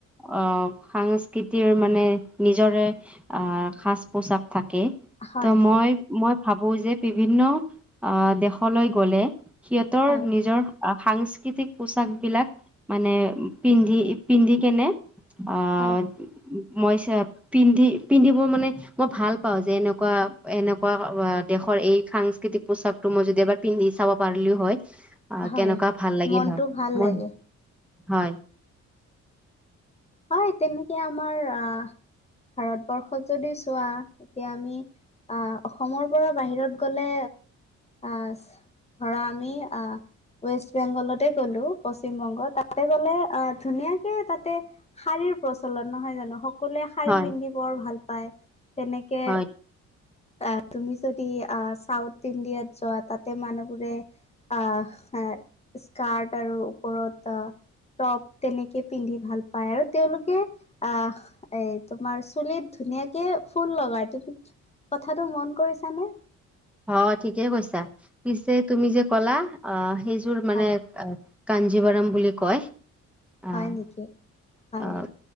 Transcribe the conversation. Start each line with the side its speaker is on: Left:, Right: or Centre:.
Centre: আহ, সাংস্কৃতিৰ মানে নিজৰে আহ, সাজ পোচাক থাকে।
Left: হয়
Centre: ত'
Left: হয়
Centre: মই মই ভাবোঁ যে বিভিন্ন আ, দেশলৈ গ'লে সিহঁতৰ
Left: হয়
Centre: নিজৰ সাংস্কৃতিক পোচাকবিলাক মানে পিন্ধি পিন্ধি কেনে আহ,
Left: হয়
Centre: মই চা পিন্ধি পিন্ধিব মানে মই ভাল পাওঁ যে এনেকুৱা এনেকুৱা দেশৰ এই সাংস্কৃতিক পোচাকটো মই যদি এবাৰ পিন্ধি চাব পাৰিলোঁ হয় আ,
Left: হয়
Centre: কেনেকুৱা ভাল লাগিল
Left: মনটো
Centre: হয়
Left: ভাল
Centre: মই,
Left: লাগে
Centre: হয়।
Left: হয় তেনেকে আমাৰ আ, ভাৰতবৰ্ষত যদি চোৱা এতিয়া আমি আ, অসমৰ পৰা বাহিৰত গ'লে আছ ধৰা আমি আ ৱেষ্ট বেংগলতে গ'লোঁ পশ্চিমবংগ, তাতে গ'লে ধুনীয়াকে তাতে শাৰীৰ প্ৰচলন নহয় জানো, সকলোৱে শাৰী
Centre: হয়,
Left: পিন্ধি বৰ ভালপায় তেনেকে
Centre: হয়,
Left: আহ, তুমি যদি আহ, চাউথ ইণ্ডিয়াত যোৱা তাতে মানুহবোৰে আহ, হে, স্কাৰ্ট আৰু ওপৰত টপ তেনেকে পিন্ধি ভালপায় আৰু তেওঁলোকে আহ এ, তোমাৰ চুলিত ধুনীয়াকে ফুল লগাই তুমি কথাটো মন কৰিছানে?
Centre: অ' ঠিকেই কৈছা। পিছে তুমি যে ক'লা অ' সেইযোৰ মানে
Left: হয়
Centre: কাঞ্জীবাৰম বুলি কয়।
Left: হয়
Centre: অ'
Left: নেকি, হয়।
Centre: অ'